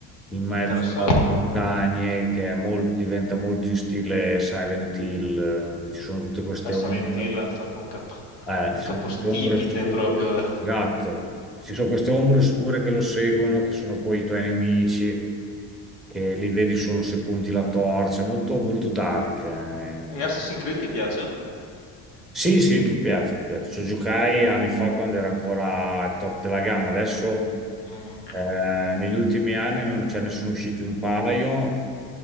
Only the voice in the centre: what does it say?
in mezzo
alle montagne, che è molto- diventa molto in stile Silent Hill, eh, ci sono tutte queste
ombre,
eh,
ci
sono queste ombre scure,
gatto, ci sono queste ombre oscure che lo seguono, che sono poi i tuoi nemici. Che li vedi solo se punti la torcia, molto, molto dark. eh.
Sì, sì, mi piace, mi piace. Ci giocai anni fa quando era ancora il top della gamma. Adesso
eh, negli ultimi anni non ce ne sono usciti un paio,